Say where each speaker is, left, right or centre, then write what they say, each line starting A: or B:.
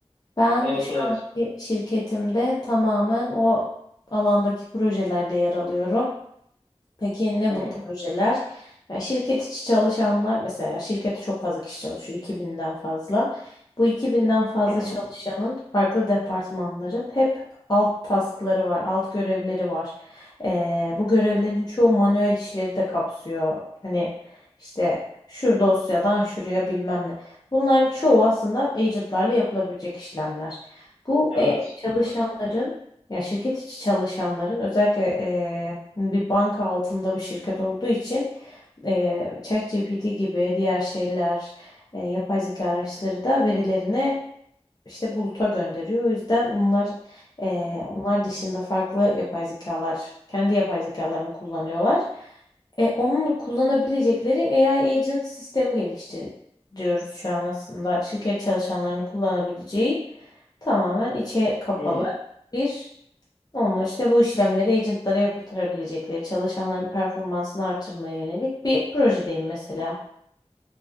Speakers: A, on the left; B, on the left.
A: Ben
B: evet
A: şu
B: evet.
A: anki şirketimde tamamen o alandaki projelerde yer alıyorum. Peki ne
B: Hı
A: bu projeler? Ya şirket içi çalışanlar mesela şirkette çok fazla kişi çalışıyor 2000'den fazla. Bu 2000'den fazla
B: hı hı.
A: çalışanın farklı departmanların hep alt taskları var, alt görevleri var. Ee, bu görevlerin çoğu manuel işleri de kapsıyor. Hani işte şu dosyadan şuraya bilmem ne. Bunların çoğu aslında agentlarla yapılabilecek işlemler. Bu
B: Evet
A: e, çalışanların
B: evet.
A: ya şirket içi çalışanların özellikle Hani bir banka altında bir şirket olduğu için eee ChatGPT gibi diğer şeyler, eee, yapay zeka araçları da verilerini işte buluta gönderiyor. O yüzden onlar eee,
B: Hı hı.
A: onlar dışında farklı yapay zekalar, kendi yapay zekalarını kullanıyorlar. E, onun kullanabilecekleri AI agent sistemi geliştiriyoruz şu an aslında. Şirket çalışanlarının kullanabileceği tamamen içe kapalı
B: Hı
A: bir onlar işte bu işlemleri agentlara yapıltırabilecekleri, çalışanların performansını artırmaya yönelik bir projedeyim mesela.
B: hı.